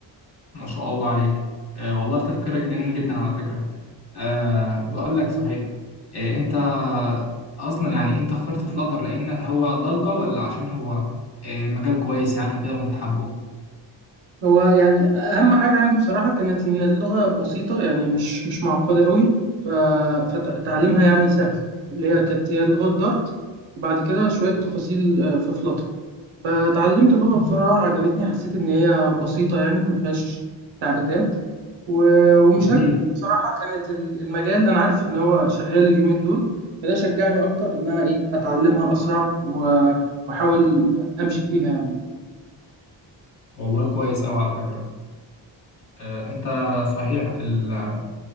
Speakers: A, on the left (about 55°); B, on the right (about 80°).
A: ما شاء الله عليك آه والله في تفكيرك جميل جدا على فكرة آه بقول لك صحيح آه انت اصلا يعني انت اخترت فلاتر لان هو ضجة ولا عشان هو آه مجال كويس يعني وكده وانت حابه
B: هو يعني اهم حاجه عندي بصراحه كانت ان اللغه بسيطه يعني مش مش معقده قوي ف... فتعليمها يعني سهل اللي هي كانت هي لغه دارت وبعد كده شويه تفاصيل آه، في فلاتر فتعلمت اللغه بسرعه عجبتني حسيت ان هي بسيطه يعني ما فيهاش تعقيدات و... ومش
A: جميل
B: هكذب بصراحه كانت ال- المجال انا عارف ان هو شغال اليومين دول فده شجعني اكتر ان انا ايه اتعلمها اسرع و... واحاول امشي فيها يعني
A: والله كويس أوي على فكرة آه، أنت صحيح ال-